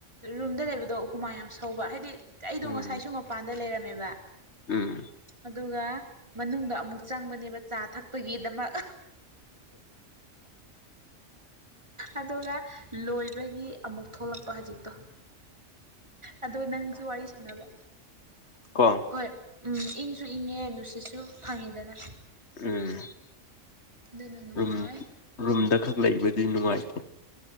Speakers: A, on the right; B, on the left.
A: ꯔꯨꯝꯗ ꯂꯩꯕꯗꯣ ꯍꯨꯃꯥꯡ ꯌꯥꯝ ꯁꯧꯕ ꯍꯥꯏꯗꯤ ꯑꯩꯗꯣ
B: ꯎꯝ
A: ꯉꯁꯥꯏꯁꯨ ꯃꯄꯥꯟꯗ ꯂꯩꯔꯝꯃꯦꯕ
B: ꯎꯝ
A: ꯑꯗꯨꯒ ꯃꯅꯨꯡꯗ ꯑꯃꯨꯛ ꯆꯪꯕꯅꯦꯕ ꯆꯥ ꯊꯛꯄꯒꯤꯗꯃꯛ ꯑꯗꯨꯒ ꯂꯣꯏꯕꯒꯤ ꯑꯃꯨꯛ ꯊꯣꯛꯂꯛꯄ ꯍꯧꯖꯤꯛꯇꯣ ꯑꯗꯣ ꯅꯪꯁꯨ ꯋꯥꯔꯤ ꯁꯥꯟꯅꯕ
B: ꯀꯣꯟ
A: ꯍꯣꯏ ꯎꯝ ꯏꯪꯁꯨ ꯏꯪꯉꯦ ꯅꯨꯡꯁꯤꯠꯁꯨ ꯐꯪꯉꯦꯗꯅ
B: ꯎꯝ
A: ꯑꯗꯨꯅ ꯅꯨꯡꯉꯥꯏ
B: ꯔ ꯔꯝꯗ ꯈꯛ ꯂꯩꯕꯗꯤ ꯅꯨꯡꯉꯥꯏꯀꯣ